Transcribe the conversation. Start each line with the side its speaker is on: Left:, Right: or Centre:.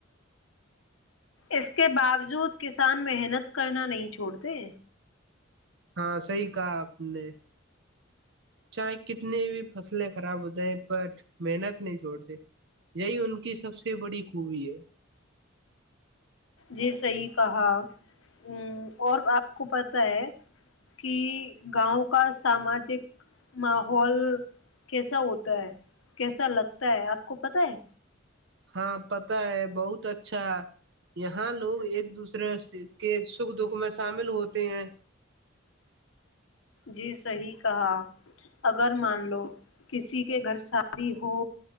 Left: اس کے باوجود کسان محنت کرنا نہیں چھوڑتے
Right: ہاں صحی کہا آپ نے چاہے کتنی بھی فصلیں خراب ہو جائیں بٹ محنت نہیں چھوڑتے یہی ان کی سب سے بڑی خوبی ہے
Left: جی صیح کہا ا اور آپ کو پتا ہے کہ گاؤں کا ساماجک ماحول کیسا ہوتا ہے کیسا لگتا ہے آپ کو پتا ہے
Right: ہاں پت ہے بہت اچھا یہاں لوگ ایک دوسرے کے سکھ دکھ میں شامل ہوتے ہیں
Left: جی صحی کہا اگر مان لو کسی کے گھر شادی ہو